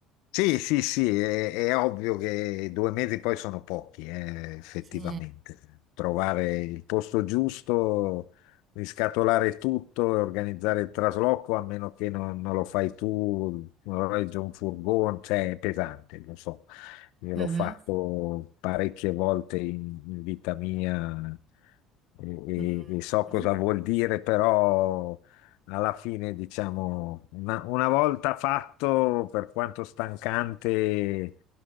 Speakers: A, on the left; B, on the right.
A: Sì, sì, sì, è, è ovvio che due mesi poi sono pochi, eh, effettivamente.
B: Sì.
A: Trovare il posto giusto, riscatolare tutto e organizzare il trasloco, a meno che non, non lo fai tu, non regge un furgone, cioè è pesante, lo so. Io
B: Mhm.
A: l'ho fatto parecchie volte in, in vita mia e,
B: Mhm.
A: e- e so cosa vuol dire, però alla fine, diciamo, una, una volta fatto, per quanto stancante,